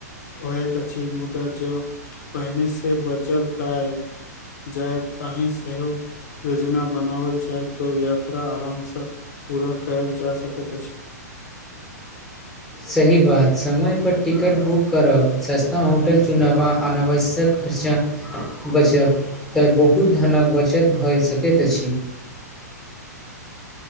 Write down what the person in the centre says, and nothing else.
सही बात समयपर टिकट बुक करब सस्ता होटल चुनब आ अनावश्यक खर्चा बचब तऽ बहुत धनक बचत भऽ सकैत अछि